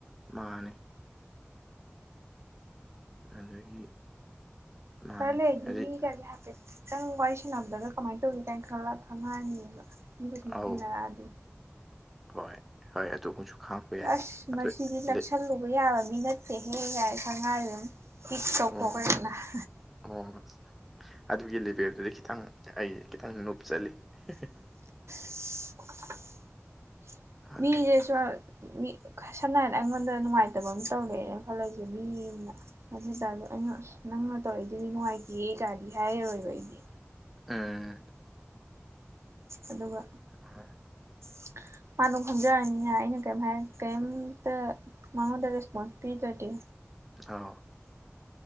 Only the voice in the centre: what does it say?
ꯃꯥꯅꯦ ꯑꯗꯒꯤ ꯃꯥꯅꯤ
ꯍꯥꯏꯗꯤ
ꯑꯧ
ꯍꯣꯏ ꯍꯣꯏ ꯑꯗꯨꯃꯁꯨ ꯈꯥꯡꯉꯛꯄ ꯌꯥꯏ
ꯑꯗꯨ
ꯂꯦ
ꯑꯣ
<unintelligible> ꯑꯗꯨꯒꯤ ꯂꯦꯚꯦꯜꯗꯨꯗꯤ ꯈꯤꯇꯪ ꯑꯩ ꯈꯤꯇꯪ ꯅꯨꯞ ꯆꯠꯂꯤ <unintelligible>
ꯑꯗꯨꯅ
<unintelligible>
<unintelligible>
ꯑꯧ